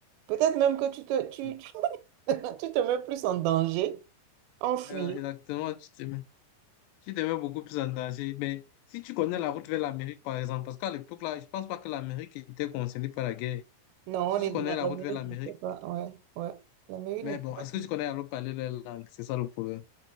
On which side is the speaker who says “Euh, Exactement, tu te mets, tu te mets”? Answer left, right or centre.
Left